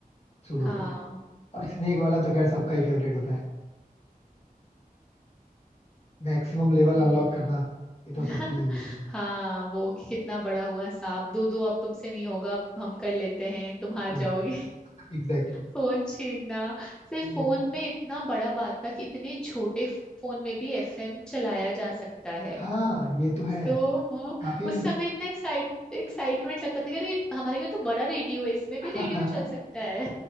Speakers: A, on the left; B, in the centre.
A: सुडोकू
B: हाँ
A: और स्नेक वाला तो खैर सबका ही फेवरेट होता है मैक्सिमम लेवल
B: हम्म
A: अनलॉक करना ये तो
B: <laughs>
A: सबकी ही वो
B: हाँ वो कि कितना बड़ा हुआ सांप दो दो अब तुमसे नहीं होगा अब हम कर लेते हैं तुम
A: वो
B: हार
A: तो है
B: जाओगे
A: एग्जैक्टली
B: फोन छीनना फिर
A: लेकिन
B: फोन में इतना बड़ा बात था कि इतने छोटे फोन में भी एफएम चलाया जा सकता है
A: हाँ ये तो है
B: तो वो
A: काफी
B: उस समय इतना एक्साइट एक्साइटमेंट लगता था कि अरे हमारे घर तो बड़ा रेडियो है इसमें भी
A: इंटरेस्टिंग
B: रेडियो चल सकता है